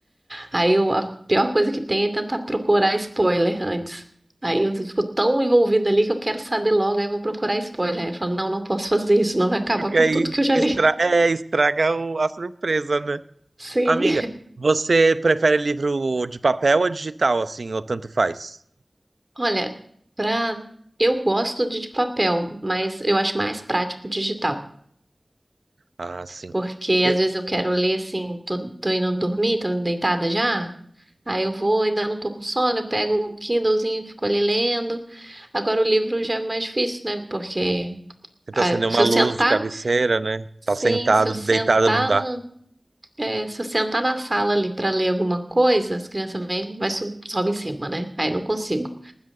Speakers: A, on the right (about 25°); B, on the right (about 80°).
A: Aí o- a pior coisa que tem é tentar procurar spoiler antes. Aí eu fico tão envolvida ali que eu quero saber logo, aí eu vou procurar spoiler. Aí eu falo, não, não posso fazer isso, não vai acabar
B: Porque
A: com
B: aí
A: tudo que eu já
B: estra-
A: li. <laughs>
B: é, estraga o- a surpresa, né?
A: Sim.
B: Amiga, você prefere livro de papel ou digital, assim, ou tanto faz?
A: Olha, pra... eu gosto de, de papel, mas eu acho mais prático digital.
B: Ah, sim.
A: Porque
B: E-
A: às vezes eu quero ler assim, tô, tô indo dormir, tô deitada já. Aí eu vou, ainda não tô com sono, eu pego o Kindlezinho, e fico ali lendo. Agora o livro já é mais difícil, né? Porque
B: Tenta
A: ah,
B: acender
A: se
B: uma
A: eu
B: luz
A: sentar.
B: de cabeceira, né?
A: Sim,
B: Tá sentado,
A: se eu sentar
B: deitado, não dá.
A: na, é, se eu sentar na sala ali para ler alguma coisa, as crianças vêm, vai sub, sobe em cima, né? Aí não consigo.